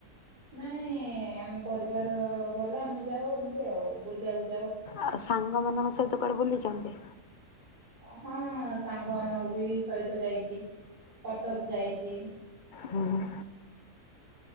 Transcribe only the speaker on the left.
ଆଉ ସାଙ୍ଗ ମାନଙ୍କ ସେହିତ କୁଆଡେ ବୁଲିଜାନ୍ତି?
ହୁଁ ହୁ।